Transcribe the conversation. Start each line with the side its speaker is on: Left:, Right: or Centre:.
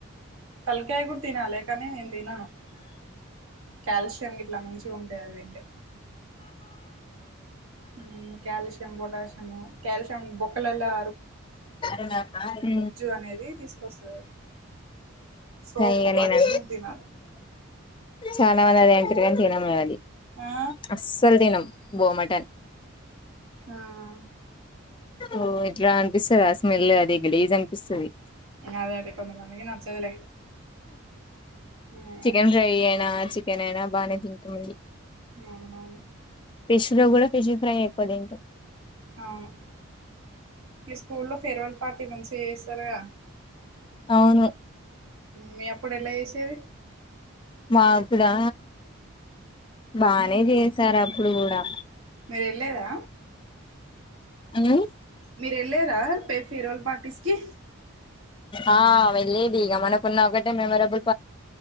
Right: తలకాయ కూడా తినాలి కానీ నేను తినను కాల్షియం ఇట్లా మంచిగా ఉంటాయి అవి తింటే ఉమ్ కాల్షియం పొటాషియం కాల్షియం బొక్కలలా
Left: ఉమ్
Right: అనేది తీసుకొస్తుంది సోపు
Left: ఇగా
Right: వాటి
Left: నేనే
Right: సూప్ తినాలి
Left: చాలా మందిని అడిగాను చికెన్ తినము అని
Right: ఆ
Left: అస్సలు తినం బో మటన్
Right: ఆ
Left: ఓ ఇట్లా అని స అ స్మెల్ అది గలీజ్ అనిపిస్తుంది
Right: అదే అదే కొంత మందికి నచ్చదులే ఉమ్
Left: చికెన్ ఫ్రై అయినా చికెన్ అయినా బాగానే తింటమండి
Right: ఆవునా
Left: పిష్ లో కూడా పిష్ ఫ్రై ఎక్కు తింటాం
Right: ఆవును ఇష్ట స్కూల్ లో ఫేర్వెల్ పార్టీ మంచిగా చేస్తారు త్వరగ
Left: అవును
Right: మీ అప్పుడు ఎలా చేసేది
Left: మాకుడా బానే చేసారు అప్పుడు కూడా
Right: మీరు వెళ్ళెదా
Left: ఆమ్
Right: మీరు వెళ్ళరా ఫేర్వెల్ పార్టీస్ కి
Left: ఆ వెళ్లేది ఇక మనకున్న ఒకటే మెమొరబుల్